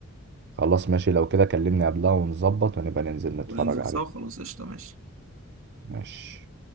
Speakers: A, on the right; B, on the right.
A: خلاص ماشي لو كده كلمني قبلها ونظبط ونبقى ننزل نتفرج
B: وننزل
A: عليه
B: سوا خلاص قشطة ماشي
A: ماشي